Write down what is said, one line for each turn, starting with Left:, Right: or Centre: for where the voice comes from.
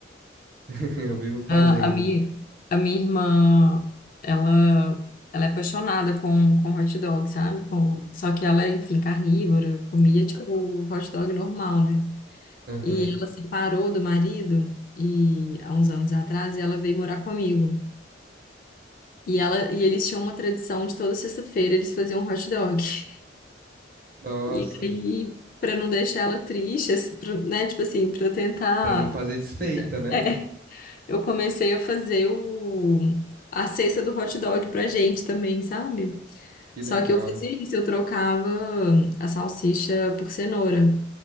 Right: <laughs> Eu vivo fazendo.
Left: A, a minha, a minha irmã, ela, ela é apaixonada com, com hot dog, sabe? Com, só que ela é, enfim, carnívora, comia tipo hot dog normal, né?
Right: Aham.
Left: E ela separou do marido e há uns anos atrás e ela veio morar comigo. E ela e eles tinham uma tradição de toda sexta-feira eles faziam um hot dog. <laughs>
Right: Nossa,
Left: E aí, para não deixar ela triste, assim, pra- né, tipo assim, para tentar
Right: pra não fazer desfeita, né?
Left: <laughs> Eu comecei a fazer o... a cesta do hot dog pra gente também, sabe?
Right: Que
Left: Só
Right: legal.
Left: que eu fazia isso, eu trocava a salsicha por cenoura.